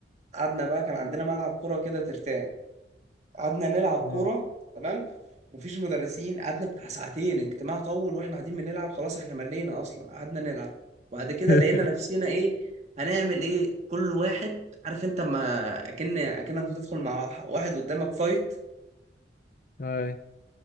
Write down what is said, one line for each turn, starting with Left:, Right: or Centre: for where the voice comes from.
Right: قعدنا بقى كان عندنا ملعب كوره كده ترتان قعدنا نلعب كورة
Left: اه
Right: تمام مفيش مدرسين قعدنا بتاع ساعتين اجتماع طول واحنا قاعدين بنلعب خلاص احنا ملينا اصلا قعدنا نلعب وبعد كده
Left: <laughs>
Right: لقينا نفسنا ايه هنعمل ايه كل واحد عارف انت ما اكن اكنك بتدخل مع واحد قدامك فايت
Left: هاي